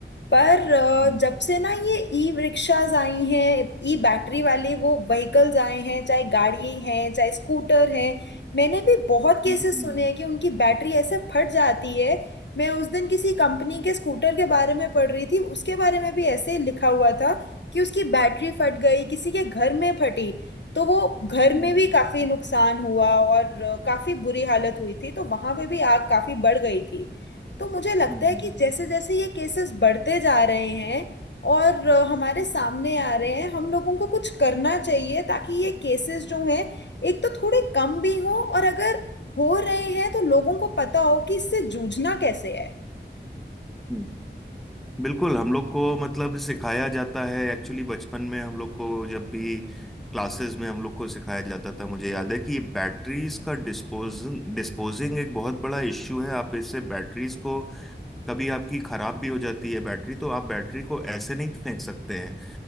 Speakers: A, on the left; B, in the centre.
A: पर अ,
B: हम्म
A: जब से ना ये ई रिक्शाज आई हैं ई बैटरी वाले वो व्हीकल्स आए हैं चाहे गाड़ी हैं चाहे स्कूटर हैं मैंने भी बहुत केसेस
B: हम्म
A: सुने हैं कि उनकी बैटरी ऐसे फट जाती है मैं उस दिन किसी कंपनी के स्कूटर के बारे में पढ़ रही थी उसके बारे में भी ऐसे ही लिखा हुआ था कि उसकी बैटरी फट गई किसी के घर में फटी तो वो घर
B: हम्म
A: में भी
B: हम्म
A: काफी नुकसान हुआ और अ, काफी बुरी हालत हुई थी तो वहां पे भी आग काफी बढ़ गई थी तो मुझे लगता
B: हम्म हम्म,
A: है कि
B: हम्म,
A: जैसे जैसे ये केसेस बढ़ते जा रहे हैं और अ, हमारे सामने आ रहे हैं हम लोगों को कुछ करना चाहिए ताकि ये केसेस जो हैं एक तो थोड़े कम भी हों और अगर हो रहे हैं तो लोगों को पता हो कि इससे जूझना कैसे है
B: हम्म, बिल्कुल हम लोग को मतलब सिखाया जाता है एक्चुअली बचपन में हम लोग को जब भी क्लासेस में हम लोग को सिखाया जाता था मुझे याद है कि ये बैटरीज का डिस्पोज डिस्पोजिंग एक बहुत बड़ा इश्यू है आप इससे बैटरीज को कभी आपकी खराब भी हो जाती है बैटरी तो आप बैटरी को ऐसे नहीं फेंक सकते हैं